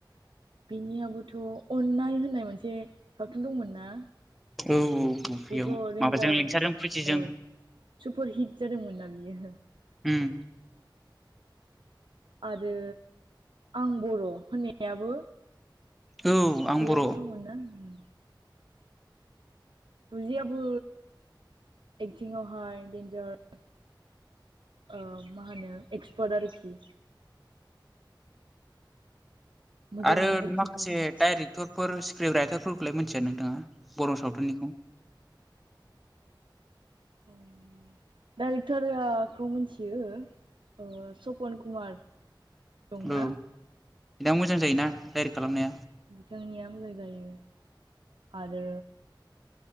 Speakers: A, on the right; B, in the centre.
A: बिनियाबोथ' अन्नाय होननाय मोनसे सावथुन दंमोन ना?
B: औ औ। औ बेयाव
A: बेथ' देन्जार
B: माबाजों लिंसारजों फुजिजों
A: औ सुपार हिट जादोंमोनना बियो।
B: उम।
A: आरो आं बर' होननायाबो
B: औ आं
A: बेयावबो
B: बर'
A: दं ना उम फुजियाबो एक्टिंआवहाय डेन्जार। ओ मा होनो एक्सपार्ट आरोखि। मोजां
B: आरो
A: एक्टिं
B: माखासे
A: खालामो
B: डायरेक्टर फोर स्क्रिप्ट राइटारफोरखौलाय मिथिया नोंथाङा बर' सावथुननिखौ?
A: औ डाइरेक्टरखौ मिथियो। सपन कुमार दंना?
B: औ मोजां जायोना डाइरेक्ट खालामनाया?
A: जोंनिया मोजां जायो। आरो